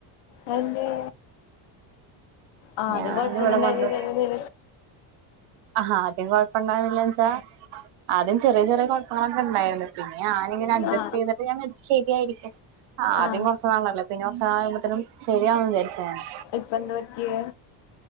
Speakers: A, on the left; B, on the right.
A: അതെന്തേ ആ
B: ഞാന്
A: അത് കൊഴപ്പൊന്നും
B: ഇവിടെ
A: ഉണ്ടായിരുന്നില്ലല്ലോ
B: വണ്ടു ആഹാ ആദ്യം കുഴപ്പംണ്ടായിരുന്നില്ലച്ചാ ആദ്യം ചെറിയ ചെറിയ കുഴപ്പങ്ങളൊക്കെ ഇണ്ടായിരുന്നു പിന്നെ ഞാന് ഇങ്ങന അഡ്ജസ്റ്റ്
A: ആ
B: ചെയ്തിട്ട് ഞാൻചാരിച്ച് ശരിയായിരിക്കും ആദ്യം
A: ആ
B: കൊറച്ച് നാളല്ലേ പിന്നെ ഒ ക്ഷാവുമ്പോത്തിനും ശരിയാവും ചാരിച്ച് ഞാന്
A: ഇപ്പ എന്താ പറ്റിയേ